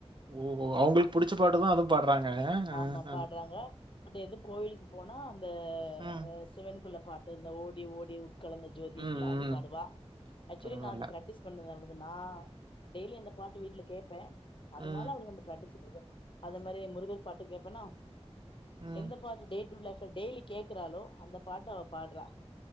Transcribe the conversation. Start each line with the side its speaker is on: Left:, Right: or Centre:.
Right: ஓகோ அவங்களுக் புடுச்ச பாட்டதா அதுவு பாட்றாங்க அஹ்
Left: ஆமா
Right: அ
Left: பாடுறாங்க பட் எதுவு கோவிலுக்கு போனா அந்த
Right: ம்,
Left: ஆ சிவன் குளம். பாட்டு இந்த ஓடி ஓடி உ கலந்த ஜோதி இருக்குல
Right: ம்,
Left: அது பாடுவா.
Right: ம்.
Left: ஆக்சுவலி
Right: பரவால்ல.
Left: நா அது பிராக்டிஸ் பண்ணுவ அவளுக் அ நா டெய்லி அந்த பாட்டு வீட்டுல கேப்பே. அதனால
Right: ம்,
Left: அவுளுங்க அந்த பிராக்டிஸ் <unintelligible> அது மாதிரி முருகர் பாட்டு கேட்பேனா.
Right: ம்.
Left: எந்த பாட்டு டே ட்டு லைஃ டெய்லி கேக்குறாலோ அந்த பாட்ட அவ பாடுறா.